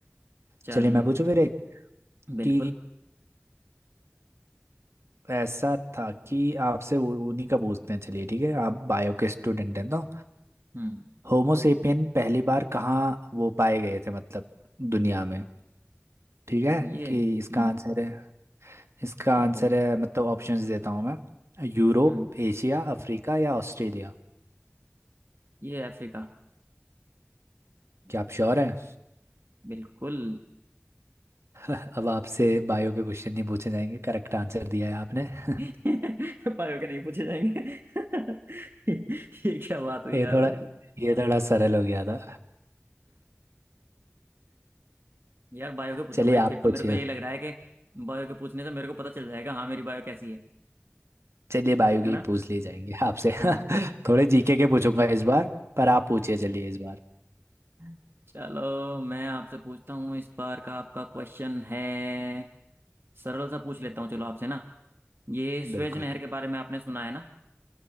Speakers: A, on the right; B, on the right.
A: चलिए
B: चलिए मैं पूछूं फिर एक
A: बिल्कुल
B: कि ऐसा था कि आपसे वो- उन्हीं का पूछते हैं चलिए ठीक है आप बायो के स्टूडेंट हैं तो
A: हम्म
B: होमो सेपियन पहली बार कहाँ वो पाए गए थे मतलब दुनिया में ठीक है
A: ये
B: कि
A: हम्म
B: इसका आंसर है इसका
A: ठीक
B: आंसर
A: है
B: है मतलब ऑप्शंस देता हूँ मैं यूरोप
A: हम्म
B: एशिया अफ्रीका या ऑस्ट्रेलिया
A: ये अफ्रीका
B: क्या आप श्योर हैं
A: बिल्कुल
B: <laughs> अब आपसे बायो के क्वेश्चन नहीं पूछे जाएंगे करेक्ट आंसर दिया है आपने <laughs>
A: <laughs> बायो के नहीं पूछे जाएंगे <laughs> ये क्या बात हुई
B: ये
A: यार
B: थोड़ा
A: भाई
B: ये थोड़ा सरल हो गया था
A: यार बायो के पूछो
B: चलिए
A: भाई फिर
B: आप
A: तो
B: पूछिए
A: मेरे को ये लग रहा है कि बायो के पूछने से मेरे को पता चल जाएगा हाँ मेरी बायो कैसी है
B: चलिए बायो के
A: है
B: ही
A: ना
B: पूछ लिए जाएंगे आपसे <laughs>
A: हम्म
B: थोड़े जीके के पूछूंगा इस बार पर आप पूछिए चलिए इस बार
A: <laughs> चलो मैं आपसे पूछता हूँ इस बार का आपका क्वेश्चन है सरल सा पूछ लेता हूँ चलो आपसे ना ये स्वेज
B: बिल्कुल
A: नहर के बारे में आपने सुना है ना